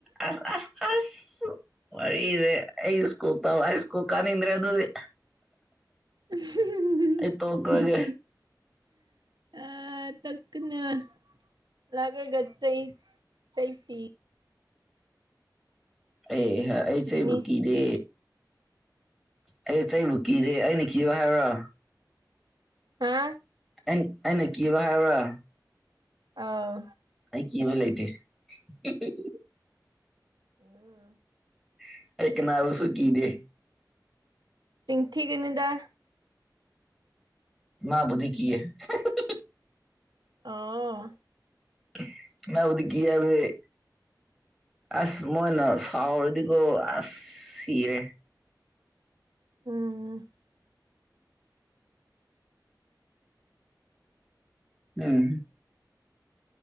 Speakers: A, in the centre; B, on the right (about 80°).
A: ꯑꯁ ꯑꯁ ꯑꯁ ꯋꯥꯔꯤꯗꯤ ꯑꯩ ꯁ꯭ꯀꯨꯜ ꯇꯝ ꯑꯩ ꯁ꯭ꯀꯨꯜ ꯀꯥꯅꯤꯡꯗ꯭ꯔꯦ ꯑꯗꯨꯗꯤ
B: <unintelligible>
A: ꯑꯩ ꯇꯣꯛꯈ꯭ꯔꯒꯦ
B: ꯑꯥ ꯇꯛꯀ <unintelligible> ꯂꯥꯛꯔꯒ ꯆꯩ ꯆꯩꯄꯤ
A: ꯑꯦꯍ ꯑꯩ
B: ꯄꯤꯒꯅꯤ
A: ꯆꯩꯕꯨ ꯀꯤꯗꯦ ꯑꯩ ꯆꯩꯕꯨ ꯀꯤꯗꯦ ꯑꯩꯅ ꯀꯤꯕ ꯍꯥꯏꯎꯔꯥ
B: ꯍꯥ
A: <unintelligible> ꯑꯩꯅ ꯀꯤꯕ ꯍꯥꯏꯎꯔꯥ
B: ꯑꯥꯎ
A: ꯑꯩ ꯀꯤꯕ ꯂꯩꯇꯦ <unintelligible>
B: ꯑꯝ
A: <unintelligible> ꯑꯩ ꯀꯅꯥꯕꯨꯁꯨ ꯀꯤꯗꯦ
B: ꯆꯤꯟ ꯊꯤꯒꯅꯨꯗꯥ
A: ꯏꯃꯥꯕꯨꯗꯤ ꯀꯤꯌꯦ <unintelligible>
B: ꯑꯣ
A: <unintelligible> ꯏꯃꯥꯕꯨꯗꯤ ꯀꯤ ꯍꯥꯏꯕꯗꯤ ꯑꯁ ꯃꯣꯏꯅ ꯁꯥꯥꯎꯔꯗꯤꯀꯣ ꯑꯁ ꯁꯤꯔꯦ
B: ꯑꯝ
A: ꯎꯝ